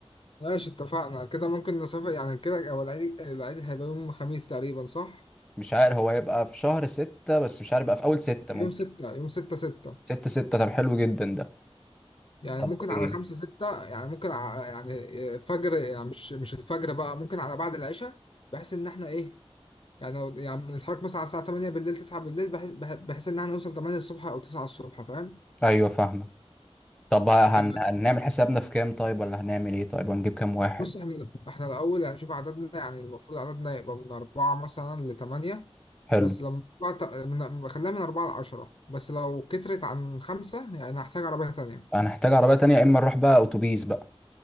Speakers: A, on the left; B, in the centre.
A: ماشي اتفقنا كده ممكن نسافر يعني كده هو العيد العيد هيبقى يوم خميس تقريبا صح
B: مش عارف هو هيبقى في شهر ستة بس مش عارف بقى في اول ستة
A: يوم
B: ممكن
A: 6 يوم 6 6
B: ستة ستة طب حلو جدا ده
A: يعني
B: طب
A: ممكن
B: ايه
A: على 5 6 يعني ممكن ع- يعني فجر يعني مش مش الفجر بقى ممكن على بعد العشاء بحيث ان احنا ايه يعني لو يعني بنتحرك مثلا على الساعة 8 بالليل 9 بالليل بحيث بح- بحيث إن احنا نوصل 8 الصبح أو 9 الصبح فاهم؟
B: ايوه فاهمه طب هن...
A: آه،
B: هنعمل حسابنا في كام طيب ولا هنعمل ايه طيب هنجيب كام واحد
A: بص احنا احنا الأول يعني شوف عددنا يعني المفروض عددنا يبقى من أربعة مثلا لتمانية
B: حلو
A: بس لما طلع ت- من خليها من أربعة لعشرة بس لو كترت عن خمسة يعني هحتاج عربية تانية
B: هنحتاج عربية تانية يا إما نروح بقى أتوبيس بقى